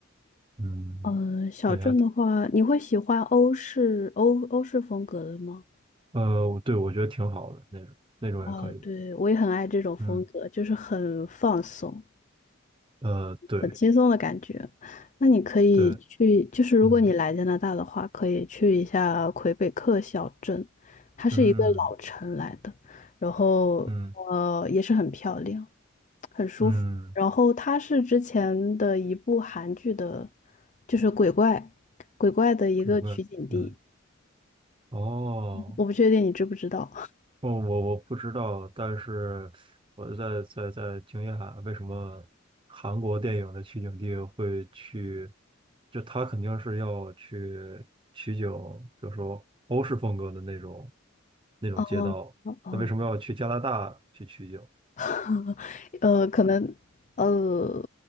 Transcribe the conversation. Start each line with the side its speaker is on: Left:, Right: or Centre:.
Right: 嗯，
Left: 嗯，小镇的话，
Right: 感觉还挺，
Left: 你会喜欢欧式欧欧式风格的吗？
Right: 呃，我对，我觉得挺好的那种，那种也可以，
Left: 哦，对，我也很爱这种风格，
Right: 嗯，
Left: 就是很放松。
Right: 呃，对
Left: 很轻松的感觉。那你可以去，
Right: 对，
Left: 就是如果你来加拿大的话，
Right: 嗯
Left: 可以去一下魁北克小镇，它是一个老城来的，
Right: 嗯
Left: 然后呃也是很漂亮，
Right: 嗯
Left: 很舒服。
Right: 嗯，
Left: 然后它是之前的一部韩剧的，就是鬼怪，鬼怪的一个取景地，
Right: 鬼怪，嗯，哦，
Left: 我不确定你知不知道。<laughs>
Right: 我我我不知道，但是我在在在惊讶为什么韩国电影的取景地会去，就他肯定是要去取景，比如说欧式风格的那种那种街道，
Left: 哦哦哦。
Right: 那为什么要去加拿大去取景？
Left: <laughs> 呃，可能呃